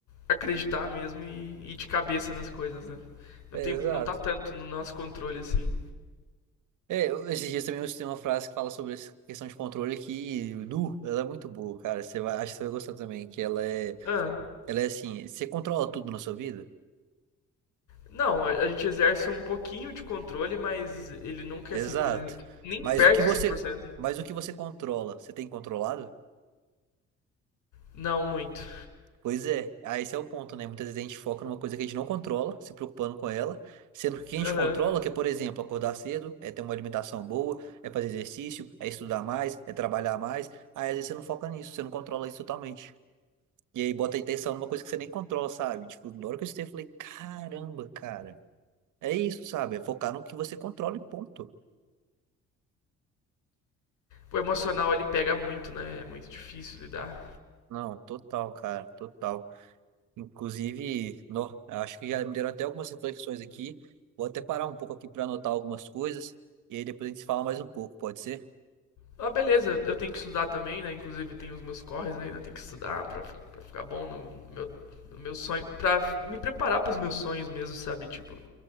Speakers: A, on the left; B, on the right.
A: acreditar mesmo e ir de cabeça nas coisas, né? Não,
B: É,
A: tem,
B: exato.
A: não tá tanto no nosso controle assim.
B: É, eu- esses dias também eu citei uma frase que fala sobre essa questão de controle que, nu, ela é muito boa, cara. Você vai, acho que você vai gostar também, que ela é,
A: Ah,
B: ela é assim, você controla tudo na sua vida?
A: não, a, a gente exerce um pouquinho de controle, mas ele nunca
B: Exato.
A: é cem por cento Nem
B: Mas
A: perto
B: o que você,
A: de cem por cento
B: mas o que você controla, você tem controlado?
A: Não, muito.
B: Pois é, ah, esse é o ponto, né? Muitas vezes a gente foca numa coisa que a gente não controla, se preocupando com ela, sendo que o que a
A: Aham.
B: gente controla, que é, por exemplo, acordar cedo, é ter uma alimentação boa, é fazer exercício, é estudar mais, é trabalhar mais. Aí às vezes você não foca nisso, você não controla isso totalmente. E aí bota a intenção numa coisa que você nem controla, sabe? Tipo, na hora que eu estudei, eu falei, caramba, cara, é isso, sabe? É focar no que você controla e ponto.
A: O emocional ele pega muito, né? É muito difícil lidar.
B: Não, total, cara, total. Inclusive, no, acho que já me deram até algumas reflexões aqui. Vou até parar um pouco aqui para anotar algumas coisas e aí depois a gente se fala mais um pouco, pode ser?
A: Ah, beleza, eu- tenho que estudar também, né? Inclusive tem os meus corres aí, né? Tem que estudar pra, pra ficar bom no no meu, no meu sonho. Pra me preparar pros meus sonhos mesmo, sabe? Tipo,